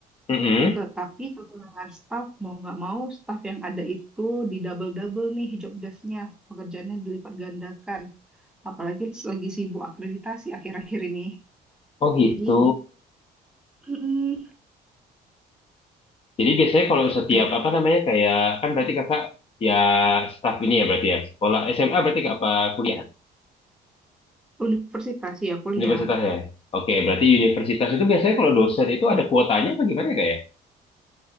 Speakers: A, on the left; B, in the centre.
A: Mm-mm.
B: ke- tapi kekurangan staff mau nggak mau staff yang ada itu di double-double nih job desk-nya, pekerjaannya dilipat gandakan. Apalagi lagi sibuk akreditasi akhir-akhir ini.
A: Oh gitu.
B: Jadi, mm,
A: Jadi biasanya kalau setiap
B: nggak
A: apa namanya kayak kan berarti Kakak ya staff ini ya berarti ya. Sekolah SMA berarti Kak apa kuliah?
B: ya, universitas ya kuliah.
A: Universitas ya. Oke, berarti universitas itu biasanya kalau dosen itu ada kuotanya apa gimana ya, Kak ya?